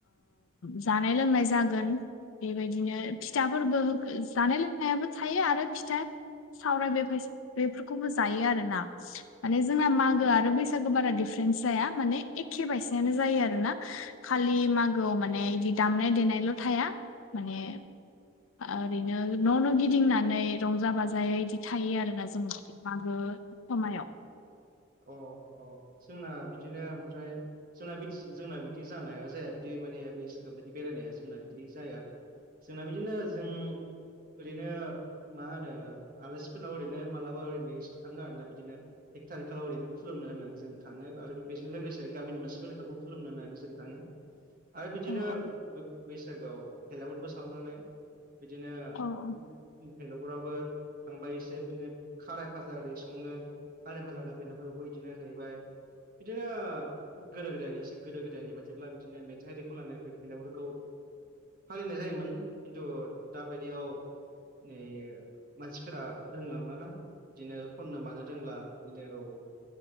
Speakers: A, on the left; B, on the right.
A: जानाय लोंनाय जागोन बेबायदिनो फिथाफोरबो जानाय लोंनायाबो थायो आरो फिथा सावराय बेफ बेफोरखौबो जायो आरोना माने जोंना मागो आरो बैसागो बारा दिफारेन्स जाया माने एखे बायसेयानो जायो आरो ना खालि मागोआव माने बिदि दामनाय देनायल' थाया माने ओरैनो न' न' गिदिंनानै रंजा बाजायै इदि थायो आरोना जोङो मागो समायाव
B: अ अ जोंना बिदिनो ओमफ्राय जोंना बिदि जोंना बिदि जानाया जाया बिदि माने बैसागआ बिदि बेरायनाया जोंना बिदि जाया जोंना बिदिनो जों ओरैनो मा होनो आलासिफोरनाव ओरैनो मालाबा ओरैनोसे थाङो आरो ना बिदिनो एक थारिख आखावरिनो खुलुमनो होननानै जों थाङो आरो बेजों लोगोसे गामिनि मोनसेबो लेखाखौ खुलुमनो होननानै जों थाङो आरो बिदिनो
A: औ औ
B: बैसागोआव फेलाफोरबो सावो नालाय बिदिनो
A: औ औ
B: इ भेलगुरावबो थांबायसेो बिदिनो खाराय भाजा ओरै सङो खाराय भाजा बेलाफोरावबो बिदिनो हैबाय बिदिनो गोदो गोदायनि एसे गोदो गोदायनि बायदिब्ला बिदिनो मेथाइ दैखौ लानानै फै फैलाफोरखौ फालिनाय जायोमोन खिन्थु दाबायदियाव नै मानसिफोरा रोंलांलाना बिदिनो खननो मानो रोंला बिदिनो औ